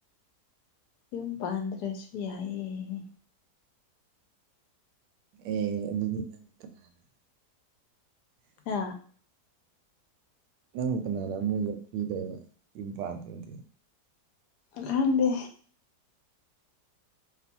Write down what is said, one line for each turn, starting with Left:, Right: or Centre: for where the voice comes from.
Left: ꯌꯨꯝ ꯄꯥꯟꯗ꯭ꯔꯁꯨ ꯌꯥꯏꯌꯦ
Right: ꯑꯦ ꯑꯗꯨꯗꯤ ꯅꯪ ꯀꯅꯥꯅ
Left: ꯑꯥ
Right: ꯅꯪꯕꯨ ꯀꯅꯥꯅ ꯑꯃꯛ ꯌꯣꯛꯄꯤꯗꯣꯏꯕ ꯌꯨꯝ ꯄꯥꯟꯗ꯭ꯔꯗꯤ
Left: ꯑꯥ ꯈꯪꯗꯦ